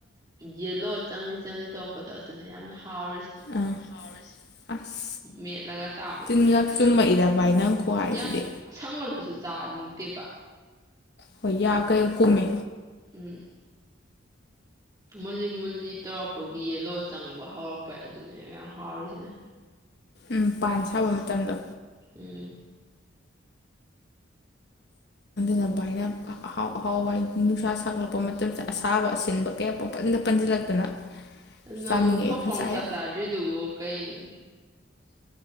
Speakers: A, on the right (about 20°); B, on the left (about 55°).
A: ꯌꯦꯂꯣ ꯆꯪꯅꯤ ꯆꯪꯅꯤ ꯇꯧꯔꯛꯄꯗꯣ ꯑꯗꯨꯅ ꯌꯥꯝꯅ ꯊꯥꯎ
B: ꯑꯥ ꯑꯁ
A: ꯃꯦꯠꯂꯒ ꯆꯥꯕꯗ
B: ꯇꯤꯟꯒ ꯆꯨꯝꯃꯛꯏꯗ ꯚꯥꯏ ꯅꯪ ꯈꯨꯍꯥꯏꯁꯤꯗꯤ
A: ꯌꯥꯝ ꯁꯪꯕꯗꯁꯨ ꯆꯥꯅꯤꯡꯉꯤ ꯇꯦꯕ
B: ꯍꯣꯏ ꯌꯥ ꯀꯩ ꯀꯨꯝꯃꯦ
A: ꯎꯝ ꯃꯨꯜꯂꯤ ꯃꯨꯜꯂꯤ ꯇꯧꯔꯛꯄꯒꯤ ꯌꯦꯂꯣ ꯆꯪꯕ ꯍꯧꯔꯛꯄ ꯑꯗꯨꯅꯦ ꯌꯥꯝ ꯍꯥꯎꯔꯤꯁꯤꯅ
B: ꯎꯝ ꯄꯥꯟ ꯁꯥꯕ ꯃꯇꯝꯗꯣ
A: ꯎꯝ
B: ꯅ ꯚꯥꯏꯅ ꯑꯍꯥꯎ ꯑꯍꯥꯎꯕ ꯍꯥꯏ ꯅꯨꯡꯁꯥ ꯁꯥꯒꯠꯂꯛꯄ ꯃꯇꯝꯁꯤꯗ ꯑꯁꯥꯕ ꯑꯁꯤ ꯑꯁꯤꯟꯕ ꯀꯌꯥ ꯄꯪꯄꯗ ꯄꯟꯁꯤꯜꯂꯛꯇꯅ
A: ꯅꯪ
B: ꯆꯥꯅꯤꯡꯉꯛꯑꯦ
A: ꯍꯧꯖꯤ
B: ꯉꯁꯥꯏ
A: ꯄꯥꯎꯆꯥꯛ ꯆꯥꯗ꯭ꯔꯤꯗꯨꯕꯨ ꯀꯩꯅꯣ